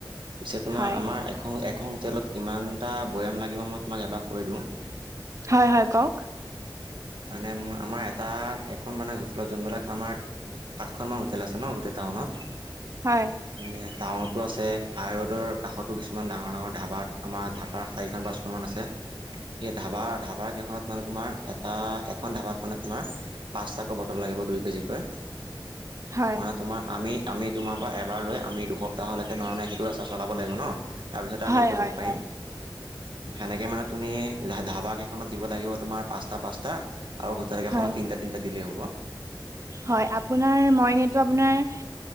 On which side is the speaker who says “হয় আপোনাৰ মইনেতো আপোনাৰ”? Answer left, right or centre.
Right